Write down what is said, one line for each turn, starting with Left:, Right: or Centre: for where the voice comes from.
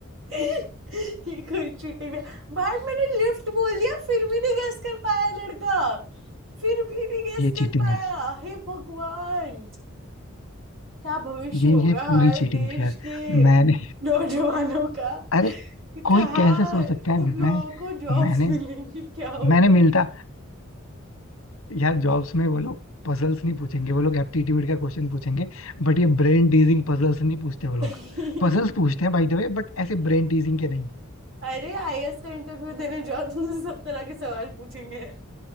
Right: है ये कोई चीटिंग नहीं है। भाई मैंने लिफ्ट बोल दिया फिर भी नहीं गेस कर पाया लड़का फिर भी नहीं गेस
Left: ये
Right: कर
Left: चीटिंग
Right: पाया
Left: है
Right: हे भगवान क्या भविष्य
Left: ये
Right: होगा
Left: ये
Right: हमारे
Left: पूरी चीटिंग
Right: देश
Left: थी यार
Right: के
Left: मैंने
Right: नौजवानों का
Left: <laughs> अरे कोई
Right: कहाँ
Left: कैसे सोच सकता है
Right: तुम
Left: यार
Right: लोगों
Left: मैं
Right: को जॉब्स
Left: मैंने
Right: मिलेंगी क्या होगा
Left: मैंने मिलता यार जॉब्स में वो लोग पजल्स नहीं पूछेंगे वो लोग एप्टीट्यूड का क्वेश्चन पूछेंगे बट ये ब्रेन टीजिंग पजल्स नहीं पूछते वो लोग
Right: <laughs>
Left: पजल्स पूछते हैं बाय द वे बट ऐसे ब्रेन टीजिंग के नहीं
Right: अरे आईएएस का इंटरव्यू देने जाओ तुमसे सब तरह के सवाल पूछेंगे